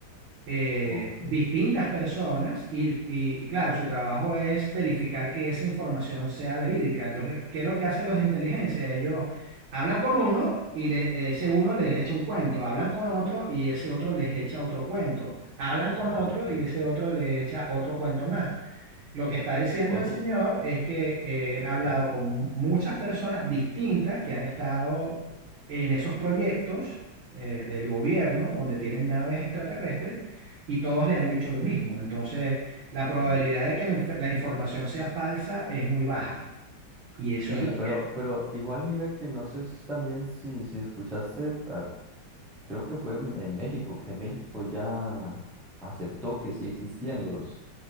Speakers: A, on the right; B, in the centre.
A: eh,
B: Ok,
A: distintas personas y, y- y claro, su trabajo es verificar que esa información sea verídica. Entonces, ¿qué es lo que hacen los de inteligencia? Ellos hablan con uno y le- ese uno les echa un cuento, hablan con otro y ese otro les echa otro cuento, hablan con
B: ok.
A: otro y ese otro le echa otro cuento más. Lo que está diciendo
B: Oye,
A: el señor es que eh, él
B: <clears throat>
A: ha hablado con muchas personas distintas que han estado en esos proyectos eh, del gobierno donde tienen naves extraterrestres y todos le han dicho lo mismo. Entonces, la probabilidad
B: mm,
A: de que la, inf- la información sea falsa es muy baja. Y eso
B: sí,
A: es lo
B: pero,
A: que
B: pero igual mira que no sé si también si, si escuchaste, ah, creo que fue en, en México, que México ya aceptó que sí existían los,